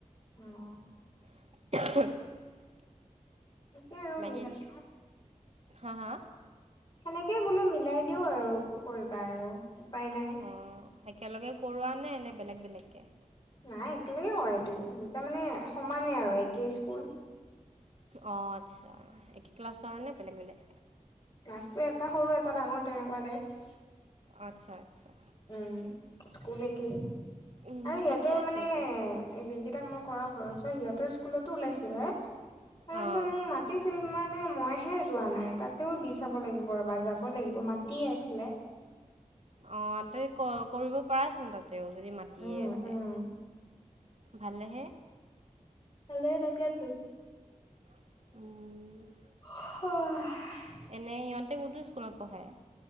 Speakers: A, on the left (about 35°); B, on the right (about 55°).
A: উম।
B: <inaudible>
A: থাকেই আৰু
B: বাকী
A: মিলাই দিওঁ।
B: হা, হা?
A: সেনেকেই বোলো মিলাই দিও আৰু কি কৰিবা আৰু উপায় নাই।
B: অঁ একেলগে কৰোৱা নে, নে, বেলেগ, বেলেগকে
A: নাই একেলগে হয়। এইটো দুটা মানে সমানে আৰু একে স্কুল।
B: অ, আচ্ছা একে ক্লাছৰ নে বেলেগ, বেলেগ।
A: গছটো এটা সৰু এটা ডাঙৰ তেনেকুৱা টাইপ।
B: আচ্ছা, আচ্ছা।
A: উম। স্কুল একেই
B: উম
A: আৰু সিহঁতৰ
B: ঠিকে আছে
A: মানে
B: তে
A: যোন কেইটাক মই কৰ ঘৰৰওৰ সিহঁতৰ স্কুলতো ওলাইছিল তাৰপিছত
B: অঁ
A: মোক মাতিছিল মানে মই হে যোৱা নাই তাত। তেও দি চাব লাগিব ৰ'বা যাব লাগিব মাতিয়ে আছিলে।
B: অঁ তে কৰিব পাৰাচোন তাতেও যদি মাতিয়ে
A: উম
B: আছে।
A: উম
B: ভালেহে।
A: এল এ, তকে ত
B: উম।
A: অ'।
B: এনে সিহঁতে কুতো স্কুলত পঢ়ে।